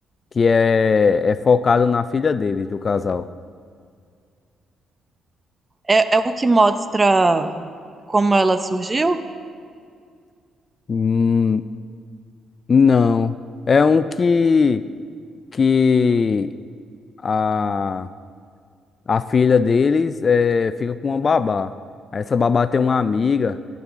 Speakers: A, on the left; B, on the right.
A: que é, é focado na filha deles, do casal.
B: É, é o que mostra como ela surgiu?
A: Hum, não. É um que. que a, a filha deles eh, fica com uma babá. Aí Essa babá tem uma amiga